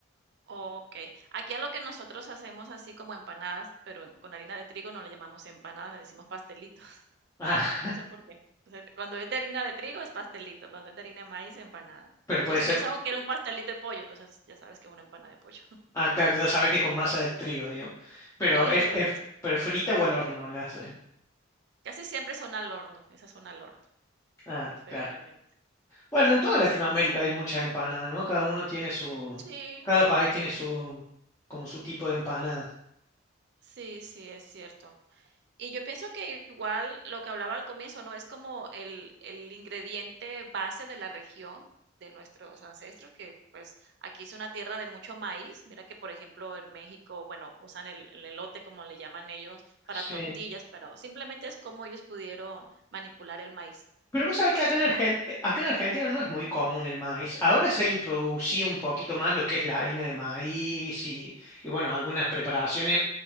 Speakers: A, on the right; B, on the left.
A: okey. Aquí a lo que nosotros hacemos así como empanadas, pero con harina de trigo no le llamamos empanadas, le decimos pastelito. <laughs>
B: Ah,
A: No sé por qué. O sea, cuando es de harina de trigo es pastelito, cuando es de harina de maíz, empanada.
B: pero
A: Entonces
B: puede ser,
A: uno dice: "Oh, quiero un pastelito de pollo", entonces ya sabes que es una empanada de pollo. <laughs>
B: ah, claro, ya sabe que con masa de trigo, digamos. Pero
A: Exacto.
B: es, es- pero frita o al horno la hacen.
A: Casi siempre son al horno, esas son al horno,
B: Ah,
A: preferiblemente.
B: claro. Bueno, en toda Latinoamérica
A: Sí, sí.
B: hay muchas empanadas, ¿no? Cada uno tiene su,
A: Sí,
B: cada país tiene su, como su tipo de empanada.
A: sí, sí, es cierto. Y yo pienso que igual lo que hablaba al comienzo, ¿no? Es como el, el ingrediente base de la región de nuestros ancestros, que pues aquí es una tierra de mucho maíz. Mira que, por ejemplo, en México, bueno, usan el, el elote, como le llaman ellos, para
B: Sí.
A: tortillas, pero simplemente es como ellos pudieron manipular el maíz
B: Pero vos sabés
A: y pues,
B: que acá
A: hacerlo
B: en Argen-
A: comer.
B: eh, acá en Argentina no es muy común el maíz. Ahora se ha introducido un poquito más lo que es la harina de maíz y, y bueno, algunas preparaciones.